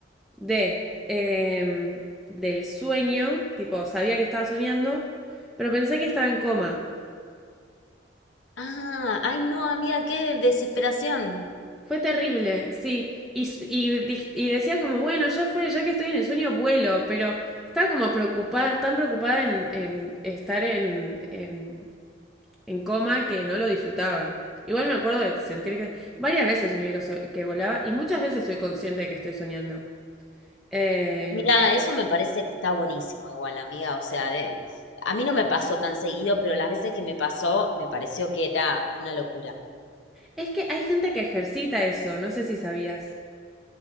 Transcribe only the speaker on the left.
Ah, ay, no, amiga, qué desesperación.
Mira, eso me parece que está buenísimo igual, amiga. O sea, de, a mí no me pasó tan seguido, pero las veces que me pasó me pareció que era una locura.